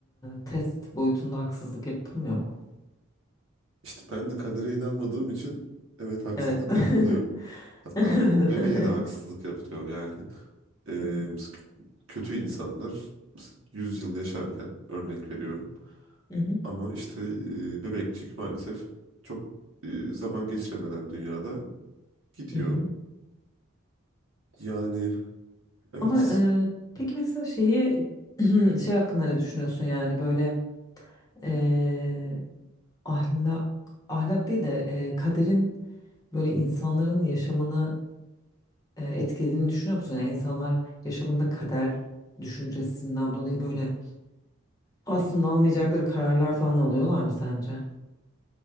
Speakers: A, on the left; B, on the right.
A: e, test boyutunda haksızlık yapılmıyor mu?
B: İşte ben de kadere inanmadığım için evet haksızlık
A: Evet. <laughs>
B: yapılıyor. Hatta
A: Evet.
B: o bebeğe de haksızlık yapılıyor. Yani e,
A: <laughs>
B: s- kötü insanlar mesela 100 yıl yaşarken örnek veriyorum.
A: Hı hı,
B: Ama işte e, bebekçik maalesef çok e, zaman geçiremeden dünyada gidiyor.
A: hı hı.
B: Yani evet
A: Ama e, peki mesela şeyi <clears throat> şey hakkında ne düşünüyorsun yani böyle e, ahlak ahlak değil de e, kaderin böyle insanların yaşamını e, etkilediğini düşünüyor musun? Yani insanlar yaşamında kader düşüncesinden dolayı böyle aslında almayacakları kararlar falan alıyorlar mı sence?